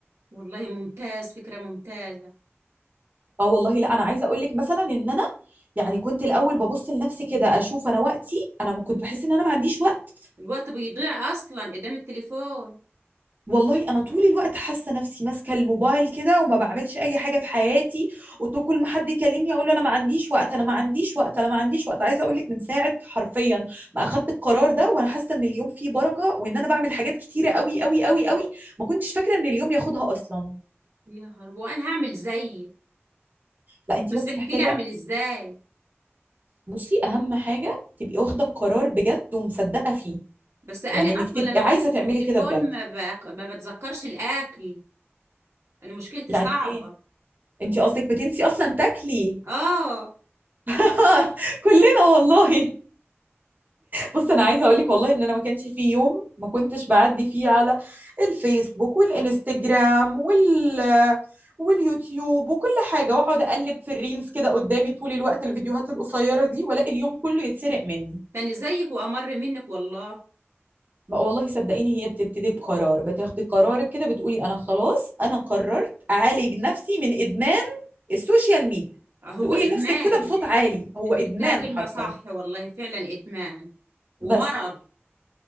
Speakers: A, on the right (about 75°); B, on the right (about 40°).
A: والله ممتاز فكرة ممتازة
B: اه والله لا انا عايزه اقول لك مثلا ان انا يعني كنت الاول ببص لنفسي كده اشوف انا وقتي انا م- كنت بحس ان انا ما عنديش وقت
A: الوقت بيضيع اصلا قدام التليفون
B: والله انا طول الوقت حاسه نفسي ماسكه الموبايل كده وما بعملش اي حاجه في حياتي وكل ما حد يكلمني اقول له انا ما عنديش وقت انا ما عنديش وقت انا ما عنديش وقت عايزه اقول لك من ساعه حرفيا ما اخدت القرار ده وانا حاسه ان اليوم فيه بركه وان انا بعمل حاجات كتيره قوي قوي قوي قوي ما كنتش فاكره ان اليوم ياخدها اصلا
A: يا خرب وانا هعمل زيي
B: لا انت
A: بس
B: بس
A: احكي
B: محتاجه
A: لي اعمل ازاي
B: بصي اهم حاجه تبقي واخده القرار بجد ومصدقه فيه
A: بس انا
B: يعني
A: اصلا
B: انك تبقي
A: لما
B: عايزه
A: بمسك
B: تعملي
A: التليفون
B: كده بجد
A: ما, بأك... ما بتذكرش الاكل انا مشكلتي
B: يعني
A: صعبة
B: ايه انت قصدك بتنسي اصلا تاكلي
A: اه
B: <laughs> كلنا والله بص انا عايزه اقول لك والله ان انا ما كانش في يوم ما كنتش بعدي فيه على الفيسبوك والانستجرام وال واليوتيوب وكل حاجه واقعد اقلب في الريلز كده قدامي طول الوقت الفيديوهات القصيره دي والاقي اليوم كله يتسرق مني
A: تاني زيك وامر منك والله
B: ما والله صدقيني هي بتبتدي بقرار بتاخدي قرارك كده بتقولي انا خلاص انا قررت اعالج نفسي من ادمان السوشيال ميديا
A: هو
B: تقولي
A: ادمان
B: لنفسك كده بصوت عالي هو
A: انت
B: ادمان
A: جبتها كلمة
B: حرفيا
A: صح والله فعلا ادمان ومرض
B: بس